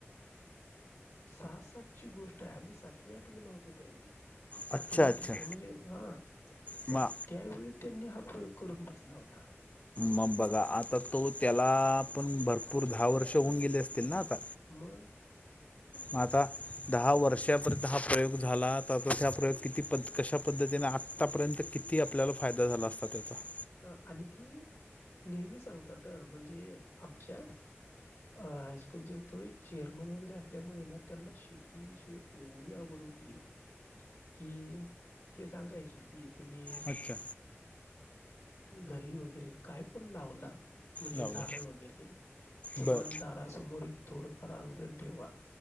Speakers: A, on the left; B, on the left.
A: सह सात ची गोष्ट आहे आम्ही सातवी आठवी ला होतो त्यावेळी. सातवी
B: अच्छा
A: आठवी
B: अच्छा.
A: म्हणजे हा
B: म
A: तर त्यावेळी त्यांनी हा प्रयोग करून बसला होता.
B: मग बघा आता तो त्याला पण भरपूर दहा वर्ष होऊन गेले असतील ना आता.
A: मग.
B: मग आता दहा वर्षापर्यंत हा प्रयोग झाला त हा प्रयोग किती पद् कशा पद्धतीने आतापर्यंत किती आपल्याला फायदा झाला असता त्याचा.
A: अ आणि ते नेहमी सांगतात म्हणजे आमच्या. अ हायस्कूल थोडे चेअरमन वगैरे असल्यामुळे ना त्यांना शेतीविषयी केवढी आवड होती की ते सांगायची कि तुम्ही.
B: अच्छा.
A: घरी वगैरे काय पण लावला. म्हणजे
B: लावला
A: झाडं वगैरे किमान
B: बरं
A: दारासमोर एक थोडंफार अंगण ठेवा.